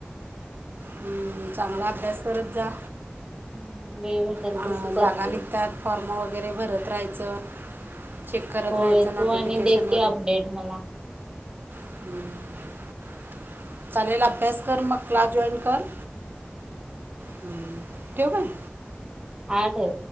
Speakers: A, on the right (about 55°); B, on the right (about 20°).
A: हम्म चांगला अभ्यास करत जा.
B: हम्म वेळ भेटल
A: अं,
B: तस करतोय
A: जागा निघतात
B: मी
A: फॉर्म भरत राहायचं चेक करत
B: होय
A: राहायचं नोटिफिकेशन
B: तू आणि दे की अपडेट मला.
A: हम्म. चालेल, अभ्यास कर मग क्लास जॉईन कर. हम्म, ठेऊ का?
B: आठ आहे.